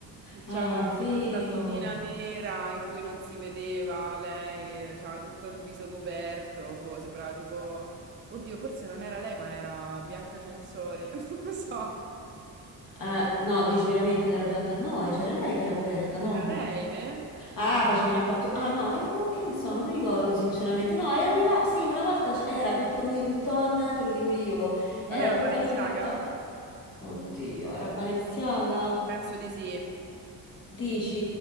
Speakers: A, on the right; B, on the left.
A: che
B: Ah,
A: c'aveva
B: è vero.
A: questa tutina nera in cui non si vedeva lei, eh, c'aveva tutto il viso coperto, boh, sembrava tipo... Oddio, forse non era lei, ma era Bianca Censori, <laughs> non lo so.
B: Eh, no, dici veramente che era bianca? No, eh, c'era lei che era coperta, no?
A: Era lei, ve?
B: Ah, facevi una battuta. Ah, no, e boh, che ne so, non mi ricordo sinceramente. No, è arrivata. Sì, una volta c- era tutta Louis Vuitton, te lo dico io. Era
A: Non era
B: tutta
A: Balenciaga?
B: Louis Vuitton. Oddio, era Balenciaga?
A: Penso di sì.
B: Dici?